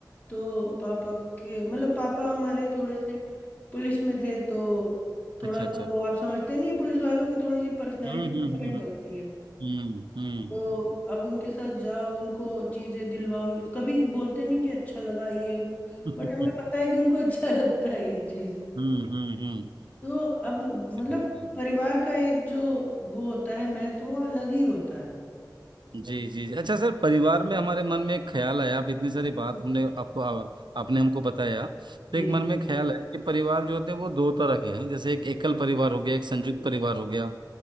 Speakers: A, on the left; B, on the right.
A: तो पापा के मतलब पापा हमारे थोड़े से पुलिस में थे तो थोड़ा
B: अच्छा
A: सा
B: अच्छा
A: वो आप समझते नहीं है पुलिस वालों की थोड़ी सी पर्सनैलिटी
B: हम्म
A: डिफरेंट
B: हम्म
A: होती है
B: हम्म हम्म
A: तो
B: हम्म
A: अब उनके साथ जाओ उनको चीजें दिलवाओ ये- कभी बोलते नहीं कि अच्छा लगा ये वो
B: <laughs>
A: बट हमें पता है कि उनको अच्छा <laughs> लगता है ये चीज
B: हम्म हम्म हम्म,
A: तो अब मतलब
B: हम्म।
A: परिवार
B: <laughs>
A: का एक जो वो होता है महत्व वो अलग ही होता है
B: जी जी जी। अच्छा सर परिवार में हमारे मन में एक ख्याल आया आप इतनी सारी बात हमने आपको आ- आपने हमको बताया तो
A: जी
B: एक
A: जी
B: मन में ख्याल है कि परिवार जो होते हैं वो दो तरह के हैं जैसे एक एकल परिवार हो गया एक संयुक्त परिवार हो गया